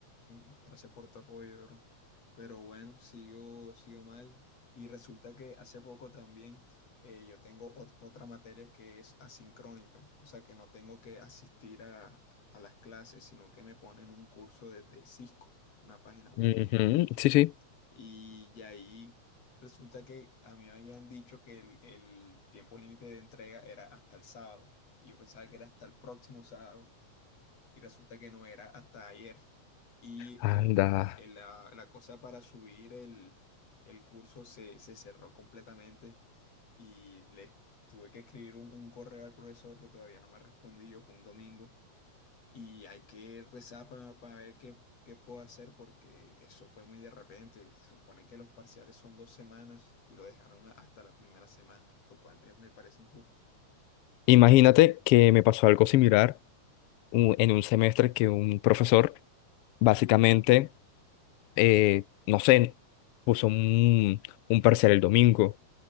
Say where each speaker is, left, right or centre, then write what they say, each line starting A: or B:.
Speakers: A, on the left (about 55°); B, on the left (about 85°).
A: Gracias por tu apoyo, bro. Pero bueno, sigo, sigo mal. Y resulta que hace poco también eh, yo tengo ot- otra materia que es asincrónica, o sea que no tengo que asistir a, a las clases, sino que me ponen un curso desde Cisco, una página web.
B: Ujú, Sí, sí.
A: Y, y de ahí resulta que a mí me habían dicho que el, el tiempo límite de entrega era hasta el sábado. y Yo pensaba que era hasta el próximo sábado y resulta que no era hasta ayer. Y
B: Anda.
A: el, el- la, la cosa para subir el, el curso se, se cerró completamente y le tuve que escribir un, un correo al profesor que todavía no me respondió, fue un domingo, y hay que rezar para, para ver qué, qué puedo hacer porque eso fue muy de repente. Se supone que los parciales son dos semanas y lo dejaron a- hasta la primera semana, lo cual me me parece injusto.
B: Imagínate que me pasó algo similar u- en un semestre que un profesor básicamente, eh, no sé, puso un, un parcial el domingo